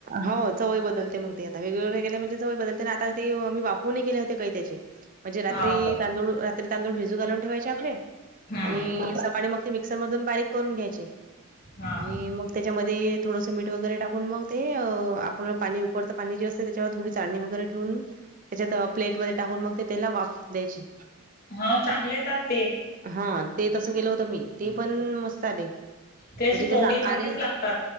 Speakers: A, on the right; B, on the left.
A: हो. चवय बदलते मग ते आता वेगळेवेगळे केल्या म्हणजे चवय बदलते. आणि आता ते मी वाफवून नाही केले होते काही त्याचे. म्हणजे रात्री
B: हा काय
A: तांदूळ रात्री तांदूळ भिजू घालून ठेवायचे आपले
B: हम्म
A: आणि मग ते मिक्सर मधून बारीक करून घ्यायचे
B: हा.
A: आणि मग त्याच्यामध्ये थोडंसं मीठ वगैरे टाकून मग ते. आपलं पाणी उकडता पाणी जे असते त्याच्यावर थोडी चाळणी वगैरे ठेवून. त्याच्यात प्लेटमध्ये टाकून मग ते त्याला वाफ द्यायची.
B: हा चांगले येतात ते.
A: हा ते तसं केलं होतं मी. ते पण मस्त आले.
B: ते असे
A: म्हणजे
B: पोंगे
A: त्याच आता
B: सारखेच
A: आणि
B: लागतात.